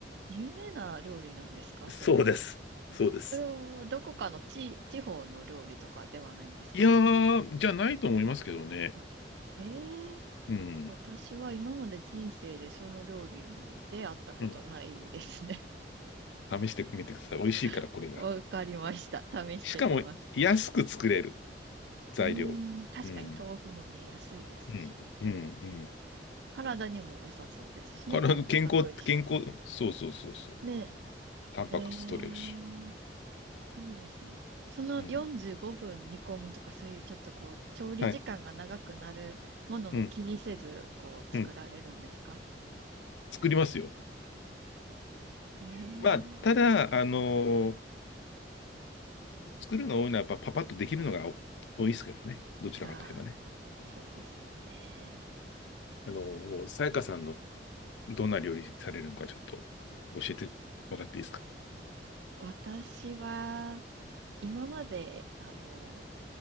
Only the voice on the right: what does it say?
有名な料理なんですかそれは。
それはどこかの地、地方の料理とかではないんですか
あ、へえ、
私は今まで人生でその料理に出会ったことないですね。
<laughs>
わかりました。試してみます。
うーん、確かに豆腐もね、
安いですし、
体にも良さそうですしね、
タンパク質。
ね
え。へえいいですね。その45分煮込むとか、
そういうちょっとこう、調理時間が長くなるものも気にせず、
こう、
作られるんですか
ええ
ああー、そうですよね。
私は、今まで、あの、